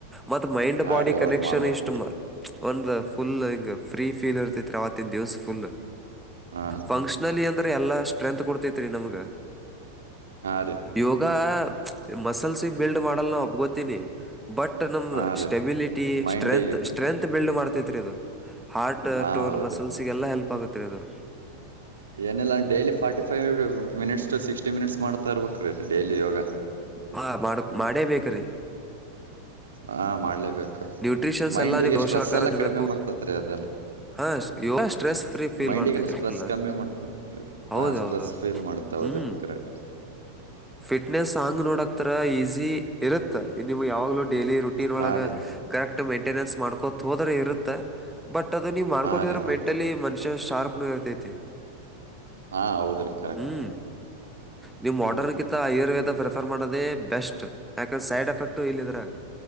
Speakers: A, in the centre; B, on the right.
A: ಮತ್ತತ್ ಮೈಂಡ್
B: ಹಾ
A: ಬಾಡಿ
B: ರೀ ಹೌದ್
A: ಕನೆಕ್ಷನ್
B: ಮಾಡ್ಬೇಕಿ
A: ಇಷ್ಟು ಮ ಒಂದು ಫುಲ್ ಹಂಗ ಫ್ರೀ ಫೀಲ್ ಇರ್ತೈತ್ ಅವವತ್ತಿನ ದಿವ್ಸ ಫುಲ್
B: ಹಾ
A: ಫಂಕ್ಷನಲಿ ಅಂದ್ರೆ ಎಲ್ಲಾ ಸ್ಟ್ರೆಂತ್ ಕೊಡ್ತೇತ್ರಿ ನಮ್ಗ
B: ಹಾಂ ರೀ
A: ಯೋಗ ಮಸಲ್ಸ್ ಬಿಲ್ಡ್ ಮಾಡಲ್ ನಾ ಒಪ್ಗೋತೀಿನಿ ಬಟ್ ನಮ್ದ
B: ಹಾ ರೀ
A: ಸ್ಟೆಬಿಲಿಟಿ
B: ಮೈಂಡಿಗೆ
A: ಸ್ಟ್ರೆಂತ್ ಸ್ಟ್ರೆಂತ್ ಬಿಲ್ಡ್ ಮಾಡ್ತೇತ್ರಿ ಇದು ಹಾರ್ಟ್
B: ಹಾ
A: ್ಟೋನ್
B: ಹೌದ್ರಿ
A: ಮಸಲ್ಸ್ಗೆಲ್ಲಾ ಹೆಲ್ಪ್ ಆಗತ್ರಿ ಅದು
B: ಏನಿಲ್ಲಲ್ಲ ೈಲಿ forty five minutes to sixty minutes ಮಾಡ್ತಾ ಇರ್ಬೇಕಕ್ ರೀ ಡೈಲಿ ಯೋಗ
A: ಹಾ ಮಾಡ ಮಾಡೇ ಬೇಕ್ರೀ
B: ಹಾ ಮಾಡ್ಲೇಬೇಕು
A: ನ್ಯೂಟ್ರಿಷನ್ಸ್
B: ಮೈಂಡ್ಿಗೆ
A: ಎಲ್ಲಾ ನಿಮ್ ಪೋಷಕಾಹಾರ
B: ಸ್ಟ್ರೆಸ್ ಎಲ್ಲಾ
A: ತಿನ್ಬೇಕು
B: ಕಡಿಮೆ ಮಾಡ್ತೇತ್ ರೀ ಅದೆಲ್ಲ
A: ಹಾ ಯೋಗ ಸ್ಟ್ರೆಸ್ ಫ್ರೀ ಫೀಲ್
B: ಮೈಂಡಿಗೆಲ್ಲ
A: ಮಾಡ್ತೈತ್ರಿ
B: ಸ್ಟ್ರೆಸ್
A: ಫುಲ್
B: ಕಮ್ಮಿ ಮಾಡ್ತ
A: ಹೌದ್
B: ಹ ಸ್ಟ್ರೆಸ್
A: ಹೌದ್ ಹೌದ್
B: ಫೀಲ್ ಮಾಡ್ತನೆ ಹೌದ
A: ಹ್ಮ್
B: ರ ಕರೆಕ್ಟ್
A: ಫಿಟ್ನೆಸ್ ಹಂಗ್ ನೋಡಕ್ತರ ಈಸಿ ಇರತ್ತ ನೀವು ಯಾವಾಗ್ಲೂ ಡೈಲಿ ರುಟೀನ್ ಒಳಗ
B: ಹಾ ರೀ
A: ಕರೆಕ್ಟ್ ಮೇಂಟೆನೆನ್ಸ್ ಮಾಡ್ಕೋ ಹೋದ್ರೆ ಇರುತ್ತ ಬಟ್ ಅದ ನೀವ್ ಮಾಡ್ಕೋತ್ರ
B: ಹಾ ರೀ ಹೌದ್ರಿ
A: ಮೆಂಟಲಿ ಮನುಷ್ಯ ಶಾರ್ಪ್ ನ ಇರ್ತೈತಿ
B: ಹಾ ಹೌದ್ರಿ ಕರೆಕ್ಟ್
A: ಹ್ಮ್ ನೀವು
B: ಹ್ಮ್
A: ಮೋಡರ್ನ್ ಆಯುರ್ವೇದ ಪ್ರಿಫರ್ ಮಾಡೋದೇ ಬೆಸ್ಟ್ ಯಾಕಂದೆ ಸೈಡ್ ಎಫೆಕ್ಟ್ ಇಲ್ಲ ಇದ್ರಾಗ